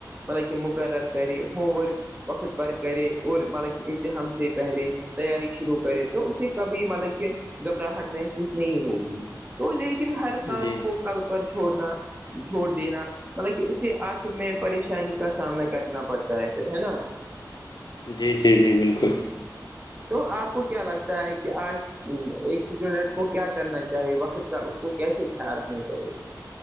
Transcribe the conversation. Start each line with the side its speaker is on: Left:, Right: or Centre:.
Right: مطلب کہ مقرر کرے ہووم ورک وقت پر کرے اور مطلب کہ امتحان سے پہلے تیاری شروع کرے تو اسے کبھی مطلب کہ گھبراہٹ محسوس نہیں ہوگی تو لیکن ہر
Left: جی
Right: کام کو کل پر چھوڑنا چھوڑ دینا مطلب کہ اسے آخر میں پریشانی کا سامنا کرنا پڑتا ہے پھر ہے نا
Left: جی جی جی بالکل
Right: تو آپ کو کیا لگتا ہے کہ آج ایک اسٹوڈنٹ کو کیا کرنا چاہیے وقت کا اس کو کیسے خیال رکھنا چاہیے